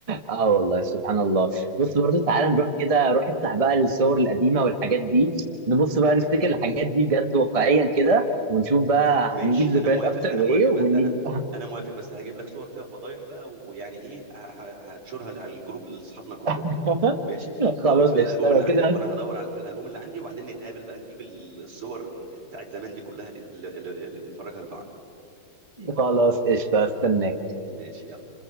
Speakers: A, on the right; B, on the right.
A: اه والله سبحان الله بص برضو تعالى نروح كده روح افتح بقى الصور القديمه والحاجات دي نبص بقى نفتكر الحاجات دي بجد واقعيا كده ونشوف بقى
B: ماشي
A: هنجيب ذكريات
B: انا موافق
A: اكتر
B: انا
A: وايه
B: موافق
A: ونيجي
B: بس انا انا موافق بس هجيب لك صور فيها فضايح بقى ويعني ايه ه- ه- هنشرها على الجروب اللي اصحابنا كلهم
A: <laughs>
B: ماشي
A: خلاص
B: دور في الالبوم
A: قشطه لو
B: اللي عندك
A: كده
B: وانا هدور على في الالبوم اللي عندي وبعدين نتقابل بقى نجيب الصور بتاعت زمان دي كلها لن- ل- ل- نفرجها لبعض
A: خلاص قشطه استناك
B: ماشي يلا